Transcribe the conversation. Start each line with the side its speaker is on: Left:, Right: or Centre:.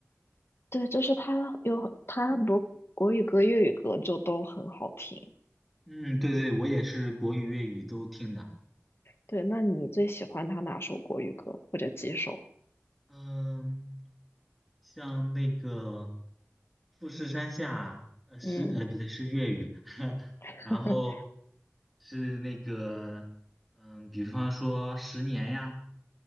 Left: 对，就是他有他很多国语歌、粤语歌就都很好听。
Centre: 嗯，对对，我也是国语、粤语都听的。
Left: 对，那你最喜欢他哪首国语歌或者几首？
Centre: 嗯，像那个富士山下，呃，是呃不对，
Left: 嗯
Centre: 是粤语，<laughs>
Left: <laughs>
Centre: 然后是那个，嗯，比方说《十年》呀，